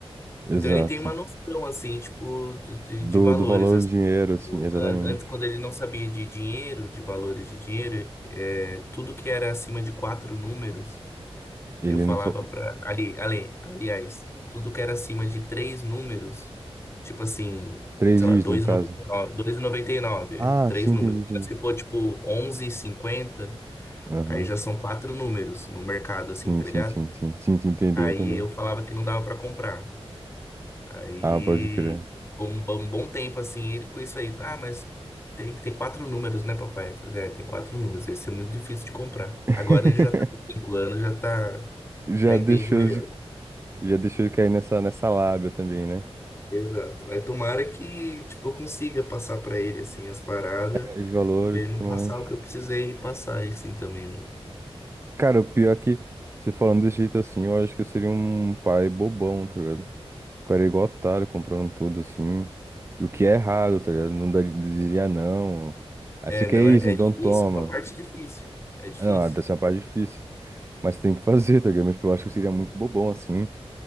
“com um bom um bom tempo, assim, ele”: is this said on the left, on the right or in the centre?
Left